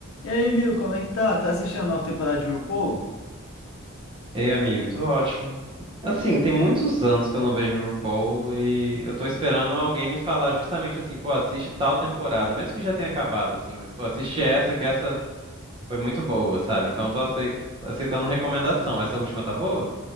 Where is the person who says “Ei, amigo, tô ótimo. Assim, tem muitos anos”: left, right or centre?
Right